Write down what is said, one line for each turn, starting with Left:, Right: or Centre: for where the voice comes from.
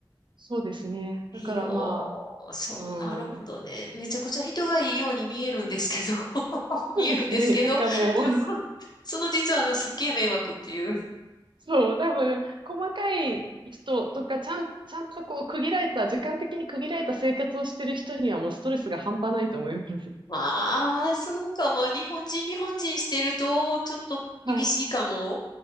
Right: そうですね。だからまあ、
Left: いやー、そう、
Right: う
Left: なるほどね。
Right: ん。
Left: めちゃくちゃ人がいいように見えるんですけど、<laughs> 見えるんですけど、
Right: そうですね。なんかもう、
Left: でも、その実はあの、すっげえ迷惑っていう。
Right: そう、多分、細かい人とか、ちゃん、ちゃんとこう、区切られた、時間的に区切られた生活をしてる人には、もうストレスが半端ないと思います。
Left: まあ、そうかも。日本人、日本人してると、ちょっと厳しいかも。
Right: はい。